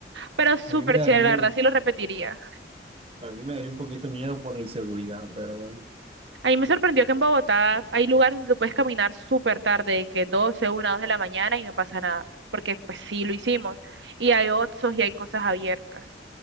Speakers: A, on the right (about 75°); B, on the right (about 30°).
A: pero súper
B: A mí me da
A: chévere,
B: miedo,
A: la verdad, sí lo repetiría.
B: a mí me daría un poquito de miedo por la inseguridad, pero bueno.
A: A mí me sorprendió que en Bogotá hay lugares donde tú puedes caminar súper tarde, que doce una dos de la mañana y no pasa nada, porque pues sí lo hicimos, y hay Oxxos y hay cosas abiertas.